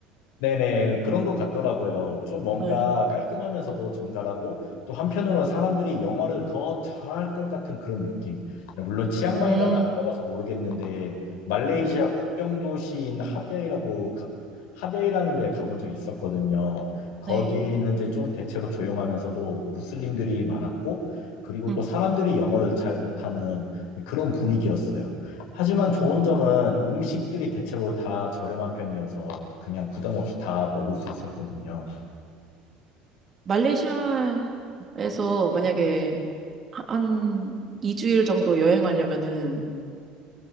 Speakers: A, on the left; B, on the right.
A: 네네, 그런 것 같더라고요. 좀 뭔가
B: 예.
A: 깔끔하면서도 정갈하고, 또 한편으로는 사람들이 영어를 더 잘할 것 같은 그런 느낌. 물론 치앙마이는
B: 음,
A: 안 가봐서 모르겠는데, 말레이시아
B: 네.
A: 국경 도시인 핫야이라고, 가- 핫야이라는 데 가본 적이 있었거든요. 거기는
B: 네.
A: 이제 좀 대체로 조용하면서도 무슬림들이 많았고, 그리고
B: 음.
A: 또 사람들이 영어를 잘 못하는 그런 분위기였어요. 하지만
B: 어,
A: 좋은 점은 음식들이 대체로 다 저렴한 편이어서 그냥 부담 없이 다 먹을 수 있었거든요.
B: 네. 말레이시아에서 만약에 하- 한 2주일 정도 여행하려면은